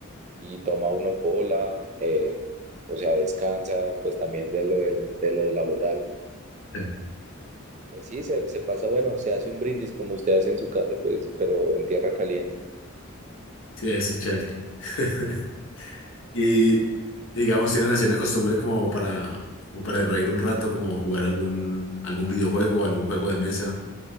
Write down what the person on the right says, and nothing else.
y toma uno pola, eh, o sea, descansa, pues también de lo, del- de lo laboral.
Pues sí, se, se pasa, bueno, se hace un brindis como usted hace en su casa, pues, pero en tierra caliente.